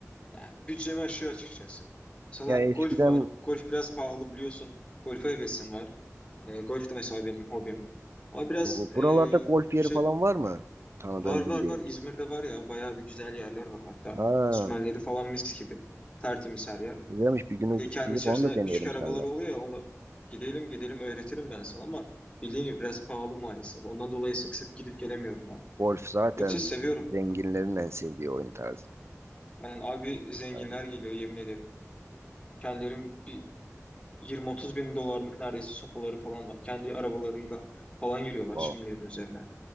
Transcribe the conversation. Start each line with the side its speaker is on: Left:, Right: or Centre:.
Left: Yani bütçemi aşıyor açıkçası. Mesela
Right: Ya eskiden
Left: golf var. Golf biraz pahalı biliyorsun. Golfe hevesim var. E, golf de mesela benim hobim. Ama biraz
Right: bu-
Left: e,
Right: buralarda golf
Left: bütçe
Right: yeri falan var mı? Tanıdığım
Left: var
Right: bildiğin.
Left: var var. İzmir'de var ya bayağı bir güzel yerler var. Hatta
Right: Ha.
Left: sümenleri falan mis gibi. Tertemiz her yer.
Right: Güzelmiş bir günü
Left: Bir de kendi
Right: gidip
Left: içerisinde
Right: onu da deneyelim
Left: küçük arabaları
Right: seninle.
Left: oluyor ya onunla gidelim gidelim öğretirim ben sana ama bildiğin gibi biraz pahalı maalesef. Ondan dolayı sık sık gidip gelemiyorum ben.
Right: Golf zaten
Left: Yoksa seviyorum.
Right: zenginlerin en sevdiği oyun tarzı.
Left: Yani abi zenginler
Right: Yani,
Left: geliyor yemin ederim. Kendilerim Yirmi otuz bin dolarlık neredeyse sopaları falan var. Kendi arabalarıyla falan giriyorlar
Right: oha,
Left: şimdilerin üzerine.